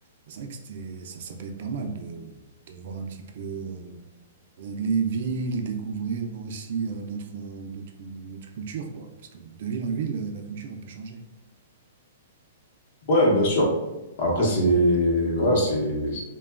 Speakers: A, on the right; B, on the left.
A: C'est vrai que c'était, ça, ça peut être pas mal de, de voir un petit peu euh, les villes, découvrir aussi euh, d'autres euh, d'autres d'autres cultures, quoi. Parce que de ville en ville, euh, la culture, elle peut changer.
B: Ouais, bien sûr. Après, c'est voilà, c'est